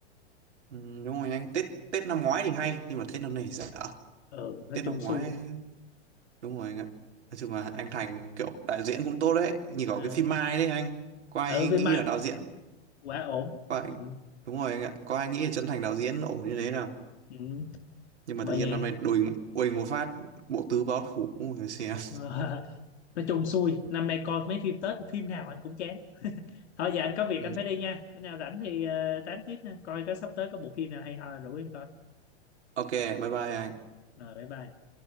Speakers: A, on the right; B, on the left.
A: Ừ, đúng rồi anh, Tết Tết năm ngoái thì hay, nhưng mà Tết năm nay thì dở.
B: ừ nói
A: Tết
B: chung
A: năm
B: xui
A: ngoái, đúng rồi anh ạ. Nói chung là anh Thành kiểu đạo diễn cũng tốt đấy. Như có
B: à,
A: cái phim Mai đấy anh. Có ai
B: ừ
A: nghĩ
B: vì mà
A: là đạo diễn?
B: quá ổn
A: Có ai...
B: ừ,
A: Đúng rồi anh ạ. Có ai nghĩ là Trấn Thành đạo diễn ổn như thế nào?
B: ừ.
A: nhưng mà
B: bởi
A: tự nhiên
B: vậy
A: năm nay đùng quỳnh một phát bộ tứ báo thủ cũng phải xem
B: Ờ, <laughs> nói chung xui năm nay coi mấy phim Tết phim nào anh cũng chán thôi giờ anh có việc
A: ừ.
B: anh phải đi nha bữa nào rảnh thì ờ, tám tiếp nha coi có sắp tới có bộ phim nào hay ho rủ em coi
A: ok bye bye anh
B: rồi bye bye